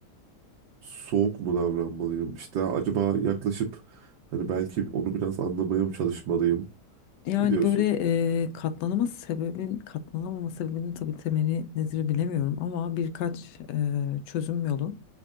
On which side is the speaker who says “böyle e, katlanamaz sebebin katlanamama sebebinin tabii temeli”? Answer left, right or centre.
Left